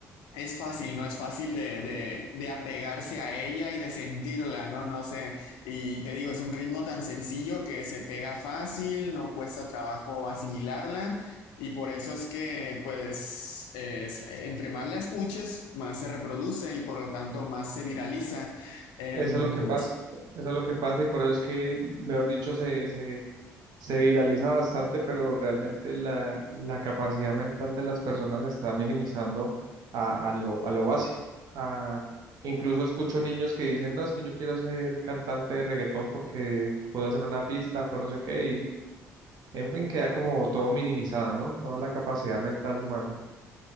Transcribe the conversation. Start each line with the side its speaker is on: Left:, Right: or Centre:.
Left: Es fácil, ¿no? Es fácil de, de- de apegarse a ella y de sentirla, ¿no? No sé. Y te digo, es un ritmo tan sencillo que se pega fácil, no cuesta trabajo asimilarla. Y por eso es que, pues, es- entre más la escuches, más se reproduce y por lo tanto más se viraliza. Em,
Right: Eso es lo que pasa. Eso es lo que pasa y por eso es que, mejor dicho, se, se, se viraliza bastante, pero realmente la, la capacidad mental de las personas se está minimizando a, a lo, a lo básico. A- incluso escucho niños que dicen, no, es que yo quiero ser cantante de reggaetón porque puedo hacer una pista, pues no sé qué. En fin, queda como todo minimizado, ¿no? Toda la capacidad mental humana.